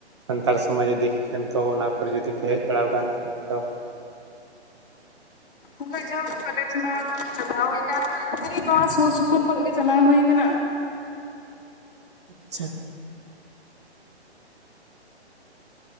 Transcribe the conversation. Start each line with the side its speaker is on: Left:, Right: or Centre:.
Right: ᱥᱟᱱᱛᱟᱲ ᱥᱚᱢᱟᱡᱽ ᱤᱫᱤ ᱠᱟᱛᱮ ᱛᱚ, ᱚᱱᱟ ᱠᱚᱨᱮ ᱡᱩᱫᱤ ᱯᱮ ᱦᱮᱡ ᱵᱟᱲᱟᱟᱣ ᱟᱠᱟᱱ ᱠᱷᱟᱱ ᱫᱚ ᱾
Left: ᱩᱱᱟᱹᱜ ᱡᱷᱟᱹᱞ ᱫᱚ ᱵᱟᱞᱮ ᱪᱟᱞᱟᱣ ᱟᱠᱟᱱᱟ, ᱪᱟᱞᱟᱣ ᱦᱩᱭ ᱟᱠᱟᱱ ᱨᱮᱦᱚᱸ ᱮᱢᱱᱤ ᱱᱚᱣᱟ ᱥᱩᱨ ᱥᱩᱯᱩᱨ ᱠᱚᱨᱮ ᱜᱮ ᱪᱟᱞᱟᱣ ᱦᱩᱭ ᱟᱠᱟᱱᱟ᱾
Right: ᱟᱪᱪᱷᱟ ᱾